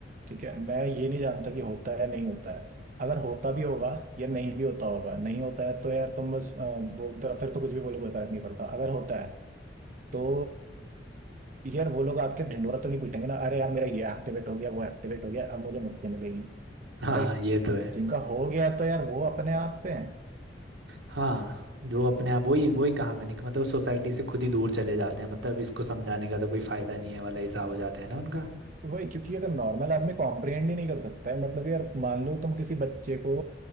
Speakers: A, on the right; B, on the right.
A: ठीक है मैं ये नहीं जानता कि होता है नहीं होता है अगर होता भी होगा या नहीं भी होता होगा नहीं होता है तो यार तुम बस अ, बोलते रहो फिर तो कुछ भी बोलो कोई फर्क नहीं पड़ता अगर होता है तो यार वो लोग आके ढिंढोरा तो नहीं पीटेंगे ना अरे यार मेरा ये एक्टिवेट हो गया वो एक्टिवेट हो गया अब मुझे मुक्ति मिलेगी
B: <laughs> हाँ
A: राइट
B: ये तो है
A: जिनका हो गया तो यार वो अपने आप पे है
B: हाँ जो अपने आप वही वही कहा मैंने कि मतलब सोसाइटी से खुद ही दूर चले जाते हैं मतलब इसको समझाने का तो कोई फायदा नहीं है वाला हिसाब हो जाता है ना उनका
A: वही क्योंकि अगर नॉर्मल आदमी कॉम्प्रिहेंड ही नहीं कर सकता है मतलब यार मान लो तुम किसी बच्चे को